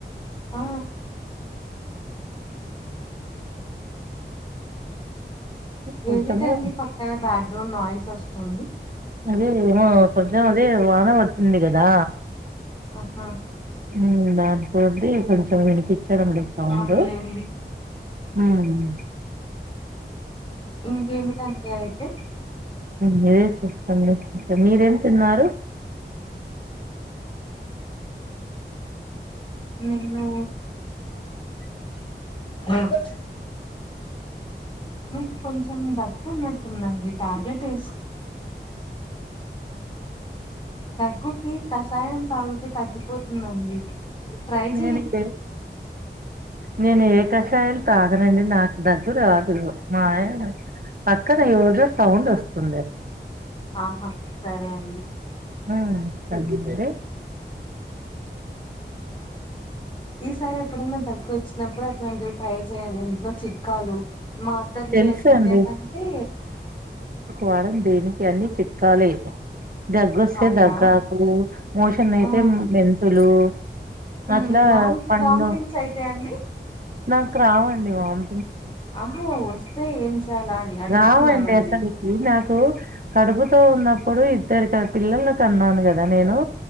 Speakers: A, on the left (about 25°); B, on the right (about 50°).
A: ఆ
B: కొంచెము
A: ఏవిటండి పక్కన బ్యాక్గ్రౌండ్ నాయిస్ తొస్తుంది
B: అది ఏమో కొంచెం అదే వాన వచ్చింది కదా
A: ఆహా
B: ఉమ్ దాన్ తోంది కొంచెం వినిపి చడం లేదు సౌండు
A: అవునులేండి
B: హుమ్
A: ఇంకేమిటండి అయితే
B: మీరే చెప్పండి మీరేం తిన్నారు
A: నేను <unintelligible> ఇంకా మీకు కొంచెం దగ్గు ఉన్నట్టుందండి టాబ్లెట్ వేస్ దగ్గుకి కషాయం తాగుతే తగ్గిపోతుందండి ట్రై
B: నేను
A: చేయండి
B: ఏ నేను ఏకశాయిలు తాగనండి నాకు దగ్గు రాదు మా ఆయన పక్కన ఎవర్ధో సౌండ్ వస్తుంది
A: ఆహా సరే అండి
B: హుమ్ దగ్గితే
A: ఈసారి ఎప్పుడైనా దగ్గు వచ్చినప్పుడు అట్లాంటివి ట్రై చేయండి ఇంట్లో చిట్కాలు మాతర్లు
B: తెలుసండి
A: వేసుకునేకంటే
B: వాడం దేనికి అని చిట్కాలే ఇక దగ్గొస్తే
A: అవునా
B: దగ్గాకు మోషన్ అయితే
A: ఆ
B: మెన్ లూ
A: ఉమ్
B: అట్లా
A: వామ్
B: పన్ను
A: వామ్థింగ్స్ అయితాయండి
B: నాకు రావండి వామ్
A: ఆహా వస్తే ఏం చేయాలా అని అడుగుతున్నానండి
B: రావు అండి అసలుకి నాకు కడుపుతో ఉన్నప్పుడు ఇద్దరి క పిల్లలు కన్నాను కదా నేను